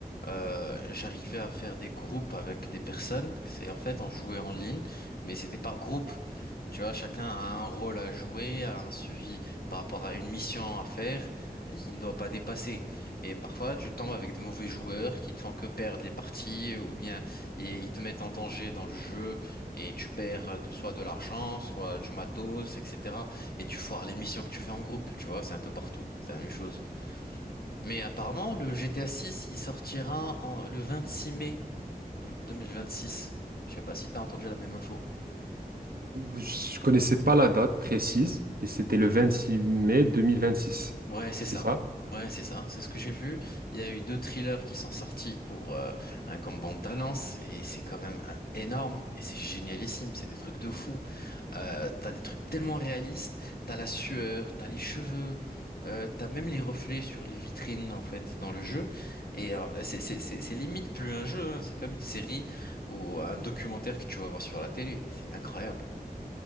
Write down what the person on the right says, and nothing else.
Je connaissais pas la date précise et c'était le 26 mai 2026.
C'est
ça?